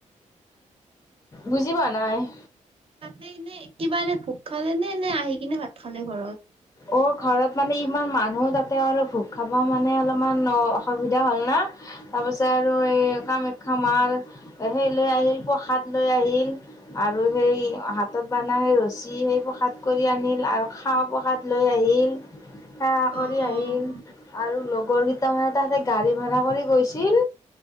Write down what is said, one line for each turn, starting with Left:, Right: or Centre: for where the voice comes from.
Left: বুজি পোৱা নাই
Right: তাতে এনে কিবা এনে ভোক খালে নে নে আহি কিনে ভাত খালে ঘৰত
Left: অ' ঘৰত মানে ইমান মানুহ তাতে আৰু ভোগ খাব মানে অলপমান অসুবিধা হ'ল না তাৰপিছত আৰু এই কামাখ্যা মাৰ সেই লৈ আহিল প্ৰসাদ লৈ আহিল আৰু সেই হাতত বা সেই ৰছী সেই প্ৰসাদ কৰি আনিল আৰু খাহ প্ৰসাদ লৈ আহিল সেয়া কৰি
Right: অ', অ'।
Left: আহিল আৰু লগৰ কেইটা মানে তাতে গাড়ী ভাড়া কৰি গৈছিল